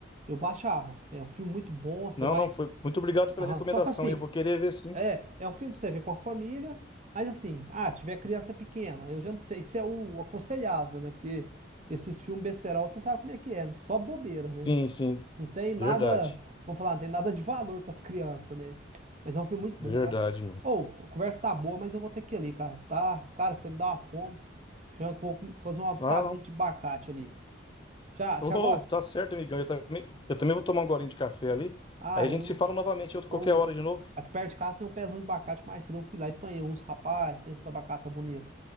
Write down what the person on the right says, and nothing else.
eu baixava. É um filme muito bom, você
vai.
Aham.
Só que assim,
é, é um filme pra você ver com a família, mas assim, ah, se tiver criança pequena, eu já não sei <laughs> se é o aconselhável, né? Porque esses filmes besterol, você sabe como é que é, né? Só bobeira, né?
Não tem nada,
vamos falar, não tem nada de valor para as crianças, né? Mas é um filme muito bom,
cara.
Ou, a conversa tá boa, mas eu vou ter que ir ali, cara. Tá, cara, você me dá uma fome. Acho que eu vou com- fazer uma vitamina
de abacate ali. Já,
já agora?
Ah,
eu,
então,
aqui perto de casa tem um pezão de abacate, mas cedo eu fui lá e apanhei uns, rapaz, pensa os abacate tá bonito.